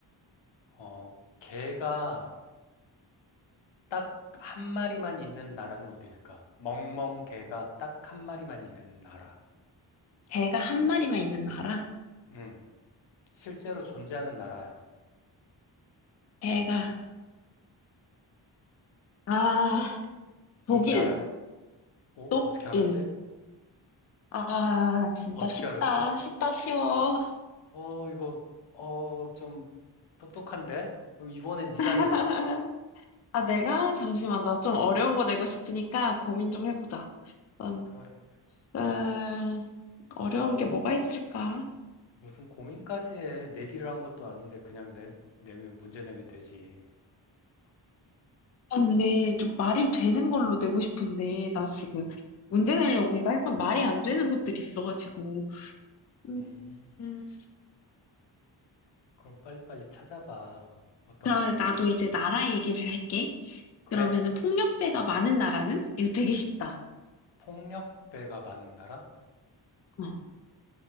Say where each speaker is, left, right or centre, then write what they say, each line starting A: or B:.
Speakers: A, on the left; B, on the left.
A: 어, 개가 딱 한 마리만 있는 나라는 어딜까? 멍멍 개가 딱 한 마리만 있는 나라.
B: 개가 한 마리만 있는 나라?
A: 응. 실제로 존재하는 나라야.
B: 개가. 아, 독일,
A: 이 나라, 어,
B: 독일.
A: 어떻게 알았지?
B: 아, 진짜
A: 어떻게
B: 쉽다.
A: 알았지?
B: 쉽다, 쉬워.
A: 어, 이거, 어, 좀 똑똑한데? 어, 이번엔 네가
B: <laughs>
A: 내봐.
B: 아, 내가? 잠시만. 나 좀 어려운 거 내고 싶으니까 고민 좀 해보자. 넌,
A: 그래.
B: 어,
A: 무슨
B: 어려운
A: 고민,
B: 게 뭐가 있을까?
A: 무슨 고민까지 해. 내기를 한 것도 아닌데, 그냥 내, 내면, 문제 내면 되지.
B: 아, 근데 좀 말이 되는 걸로 내고 싶은데, 나 지금 문제 내려고 하니까 약간 말이 안 되는 것들이 있어가지고. 음,
A: 음,
B: 음.
A: 그럼 빨리빨리 찾아봐. 어떤
B: 그럼
A: 게 좋은지.
B: 나도 이제 나라 얘기를 할게.
A: 그래?
B: 그러면은 폭력배가 많은 나라는? 이거 되게 쉽다.
A: 폭력배가 많은 나라?
B: 어,